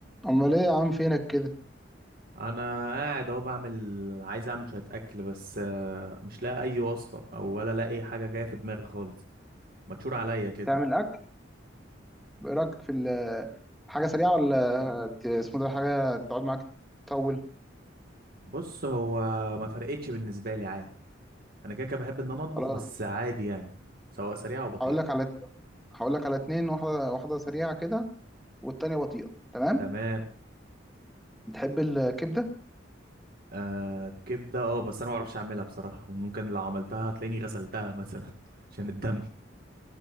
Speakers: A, in the centre; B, on the right.
A: امال ايه يا عم فينك كده
B: انا قاعد اهو بعمل عايز اعمل شويه اكل بس آه، مش لاقي اي وصفه او ولا لاقي اي حاجه جايه في دماغي خالص متشور عليا كده
A: تعمل اكل ايه رايك في ال- حاجه سريعه ولا ت- اسمه ده حاجه تقعد معاك تطول
B: بص هو ما فرقتش بالنسبه لي عادي انا كده كده بحب ان انا اطبخ
A: خلاص
B: بس عادي يعني سواء سريعه او بطيئه
A: هقول لك على هقول لك على اتنين واحده واحده سريعه كده والتانيه بطيئه تمام
B: تمام
A: بتحب الكبده
B: آه كبده اه بس انا ما اعرفش اعملها بصراحه وممكن لو عملتها هتلاقيني غسلتها مثلا <laughs> عشان الدم